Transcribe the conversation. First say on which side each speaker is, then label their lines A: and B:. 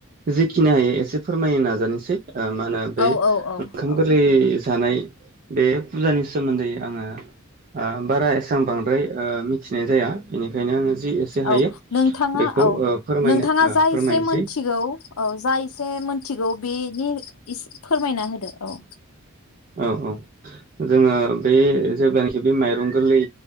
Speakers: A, on the right; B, on the left.
A: जिखिनि हायो एसे फोरमायनो नाजानोसै ओ मा होनो बै
B: औ औ औ
A: ओंखाम
B: औ
A: गोरलै जानाय बे फुजानि सोमोन्दै आङो ओ बारा एसां बांद्राय ओ मिथिनाय जाया बेनिखायनो आङो जि एसे हायो
B: औ नोंथाङा
A: बेखौ
B: औ
A: ओ फोरमायनो
B: नोंथाङा
A: ओ
B: जा
A: फोरमायनोसै
B: एसे मोनथिगौ औ जा एसे मोनथिगौ बे बि <unintelligible> <unintelligible> होदो औ
A: औ औ जोङो बे जेब्लानोखि बे माइरं गोरलै